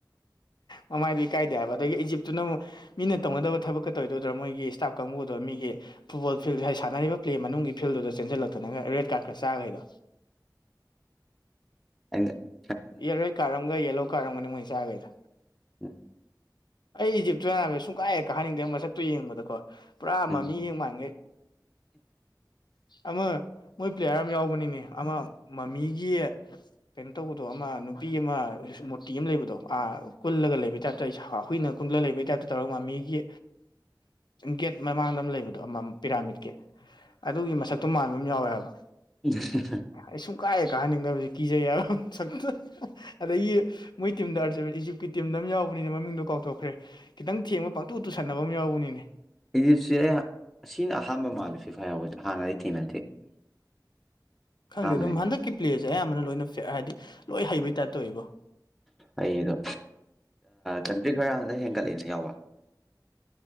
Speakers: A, on the left; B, in the centre.
A: ꯃꯃꯥꯏꯗꯤ ꯀꯥꯏꯗꯦ ꯍꯥꯏꯕ ꯑꯗꯒꯤ ꯏꯖꯤꯞꯇꯨꯅ ꯑꯃꯨꯛ ꯃꯤꯅ ꯇꯧꯅꯗꯕ ꯊꯕꯛꯀ ꯇꯧꯔꯤꯗꯣꯏꯗ꯭ꯔꯣ ꯃꯣꯏꯒꯤ ꯏꯁꯇꯥꯐ ꯀꯥꯡꯕꯨꯗꯣ ꯃꯤꯒꯤ ꯐꯨꯠꯕꯣꯜ ꯐꯤꯜ ꯍꯥꯏ ꯁꯥꯟꯅꯔꯤꯕ ꯄ꯭ꯂꯦ ꯃꯅꯨꯡꯒꯤ ꯐꯤꯜꯗꯨꯗ ꯆꯦꯟꯁꯤꯜꯂꯛꯇꯅꯒ ꯔꯦꯠ ꯀꯥꯔꯠꯀ ꯆꯥꯈꯩꯗꯣ
B: ꯑ
A: ꯏꯔꯣꯏꯠ ꯀꯥꯔꯝꯒ ꯌꯦꯂꯣ ꯀꯔꯝꯒꯅꯤ ꯃꯣꯏ ꯆꯥꯈꯩꯗ
B: ꯎꯝ
A: ꯑꯩ ꯏꯖꯤꯞꯇꯨꯅꯅꯥ ꯁꯨꯡꯀꯥꯏꯔꯦꯀ ꯍꯥꯏꯅꯤꯡꯗꯦ ꯃꯁꯛꯇꯨ ꯌꯦꯡꯕꯗꯀꯣ ꯄꯨꯔꯥ
B: ꯎꯝ
A: ꯃꯃꯤ ꯌꯦꯡ ꯃꯥꯡꯈꯩ ꯑꯃ ꯃꯣꯏ ꯄ꯭ꯂꯦꯌꯥꯔ ꯑꯃ ꯌꯥꯎꯕꯅꯤꯅꯦ ꯑꯃ ꯃꯃꯤꯒꯤ ꯀꯩꯅꯣ ꯇꯧꯕꯗꯣ ꯑꯃ ꯅꯨꯄꯤ ꯑꯃ ꯃꯨꯔꯇꯤ ꯑꯃ ꯂꯩꯕꯗꯣ ꯑꯥ ꯀꯨꯜꯂꯒ ꯂꯩꯕ ꯇꯥꯏꯞꯇ ꯑꯩ ꯁꯥꯎ ꯑꯩꯨꯏꯅ ꯀꯨꯟꯂ ꯂꯩꯕꯩ ꯇꯥꯏꯞꯇ ꯇꯧꯔꯒ ꯃꯃꯤꯒꯤ ꯒꯦꯠ ꯃꯃꯥꯡꯗ ꯑꯃ ꯂꯩꯕꯗꯣ ꯑꯃ ꯄꯤꯔꯥꯃꯤꯠꯀꯤ ꯑꯗꯨꯒꯤ ꯃꯁꯛꯇꯣ ꯃꯥꯟꯕ ꯑꯃ ꯌꯥꯎꯋꯦ ꯍꯥꯏꯕ
B: ꯎꯝ
A: ꯑꯩ ꯁꯨꯡ ꯀꯥꯏꯑꯦ ꯀꯥꯍꯟꯅꯤꯡꯗꯕꯕꯁꯤ ꯀꯤꯖꯩ ꯁ ꯑꯗꯒꯤ ꯃꯣꯏ ꯇꯤꯝꯗ ꯏꯖꯤꯞꯀꯤ ꯇꯤꯝꯗ ꯑꯃ ꯌꯥꯎꯕꯅꯤ ꯃꯃꯤꯡꯗꯣ ꯀ ꯄꯥꯡꯊꯣꯛꯈ꯭ꯔꯦ ꯈꯤꯇꯪ ꯊꯦꯡꯕ ꯄꯥꯡꯇꯨ ꯎꯇꯨ ꯁꯟꯅꯕ ꯑꯃ ꯌꯥꯎꯕꯅꯤꯅꯦ
B: ꯏꯗꯤꯞꯁꯦ ꯑꯩ ꯁꯤꯅ ꯑꯍꯥꯟꯕ ꯃꯥꯜꯂꯁꯤ ꯐꯩꯍꯕꯁꯦ ꯍꯥꯟꯅ ꯑꯩ ꯊꯦꯡꯅꯗꯦ
A: ꯈꯪꯗꯦ
B: ꯑꯍꯥꯟꯕꯅꯦ
A: ꯑꯗꯨꯝ ꯍꯟꯗꯛꯀꯤ ꯄ꯭ꯂꯦꯁꯦ ꯑꯌꯥꯝꯕꯅ ꯂꯣꯏꯅ ꯐ ꯍꯥꯏꯗꯤ ꯂꯣꯏ ꯍꯩꯕꯩ ꯇꯥꯏꯞ ꯇꯧꯔꯤꯕꯣ
B: ꯑꯩ ꯑꯗꯣ ꯀꯟꯇ꯭ꯔꯤ ꯈꯔ ꯍꯟꯗꯛ ꯍꯦꯟꯒꯠꯂꯦꯅ ꯌꯥꯎꯕ